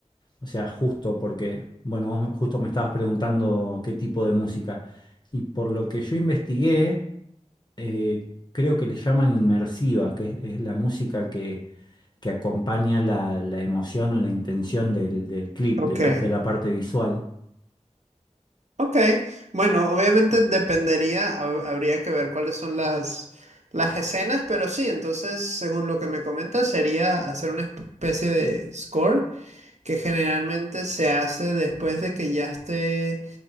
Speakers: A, on the left (about 35°); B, on the right (about 70°).
A: o sea, justo porque, bueno, vos justo me estabas preguntando qué tipo de música. Y por lo que yo investigué, eh, creo que le llaman inmersiva, que es, es la música que, que acompaña la, la emoción o la intención del, del clip,
B: Ok.
A: de la, de la parte visual.
B: Ok, bueno, obviamente dependería, hab- habría que ver cuáles son las, las escenas, pero sí, entonces, según lo que me comentas, sería hacer una especie de score que generalmente se hace después de que ya esté,